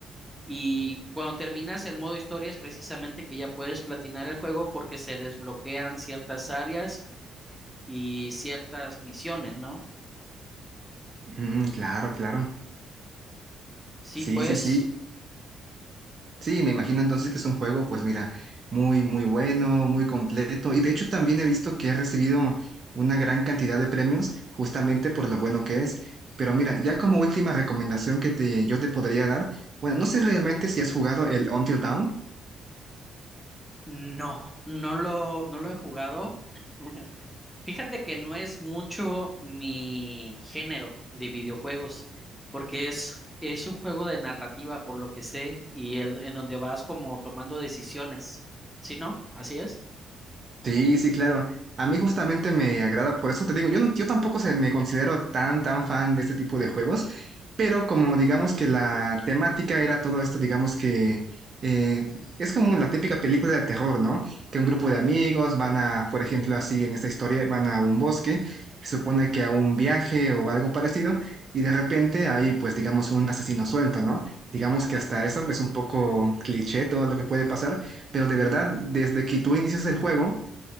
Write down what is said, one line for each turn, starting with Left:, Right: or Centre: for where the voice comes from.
Centre: Y cuando terminas el modo historia es precisamente que ya puedes platinar el juego porque se desbloquean ciertas áreas y ciertas misiones, ¿no?
Right: Mm, claro, claro.
Centre: Sí,
Right: Sí,
Centre: pues
Right: sí, sí. Sí, me imagino entonces que es un juego, pues mira, muy, muy bueno, muy completo. Y de hecho también he visto que ha recibido una gran cantidad de premios justamente por lo bueno que es. Pero mira, ya como última recomendación que te, yo te podría dar, bueno, no sé realmente si has jugado el Until Dawn.
Centre: no, no lo, no lo he jugado. <laughs> Fíjate que no es mucho mi género de videojuegos, porque es, es un juego de narrativa, por lo que sé, y el- en donde vas como tomando decisiones. ¿Sí, no? ¿Así es?
Right: Sí, sí, claro. A mí justamente me agrada, por eso te digo, yo, no- yo tampoco se, me considero tan, tan fan de este tipo de juegos, pero como digamos que la temática era todo esto, digamos que eh, es como la típica película de terror, ¿no? Que un
Centre: Ajá.
Right: grupo de amigos van a, por ejemplo, así en esta historia, van a un bosque, se supone que a un viaje o algo parecido, y de repente hay, pues, digamos, un asesino suelto, ¿no? Digamos
Centre: Ujú.
Right: que hasta eso es un poco cliché todo lo que puede pasar, pero de verdad, desde que tú inicias el juego,